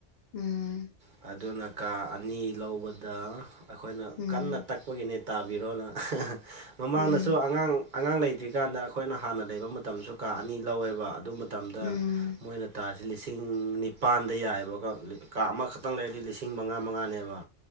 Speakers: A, on the left; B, on the right.
A: ꯎꯝ
B: ꯑꯗꯨꯅ ꯀꯥ ꯑꯅꯤ ꯂꯧꯕꯗ ꯑꯩꯈꯣꯏꯅ
A: ꯎꯝ
B: ꯀꯟꯅ ꯇꯛ ꯑꯩꯈꯣꯏꯒꯤꯅꯦ ꯇꯥꯕꯤꯔꯣꯅ ꯃꯃꯥꯡꯗꯁꯨ
A: ꯎꯝ
B: ꯑꯉꯥꯡ ꯑꯉꯥꯡ ꯂꯩꯇ꯭ꯔꯤꯀꯥꯟꯗ ꯑꯩꯈꯣꯏꯅ ꯍꯥꯟꯅ ꯂꯩꯕ ꯃꯇꯝꯁꯨ ꯀꯥ ꯑꯅꯤ ꯂꯧꯋꯦꯕ ꯑꯗꯨ ꯃꯇꯝꯗ
A: ꯎꯝ
B: ꯃꯣꯏꯅ ꯇꯥꯁꯤ ꯂꯤꯁꯤꯡ ꯅꯤꯄꯥꯟꯗ ꯌꯥꯏꯑꯕ ꯀꯥ ꯑꯃꯈꯛ ꯈꯥꯛꯇꯪ ꯂꯩꯔꯗꯤ ꯂꯤꯁꯤꯡ ꯃꯉꯥ ꯃꯉꯥꯅꯦꯕ